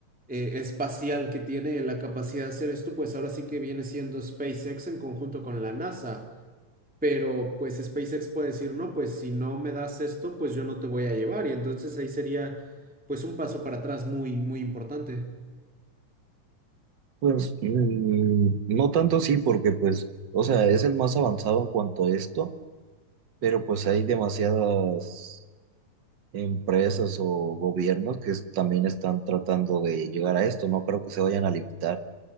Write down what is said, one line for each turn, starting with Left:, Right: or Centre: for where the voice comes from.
Centre: eh, espacial que tiene la capacidad de hacer esto, pues ahora sí que viene siendo SpaceX en conjunto con la NASA. Pero pues SpaceX puede decir, no, pues si no me das esto, pues yo no te voy a llevar. Y entonces ahí sería pues un paso para atrás muy, muy importante.
Right: pues mm, no tanto sí, porque pues, o sea, es el más avanzado en cuanto a esto, pero pues hay demasiadas empresas o gobiernos que es- también están tratando de llegar a esto. No creo que se vayan a limitar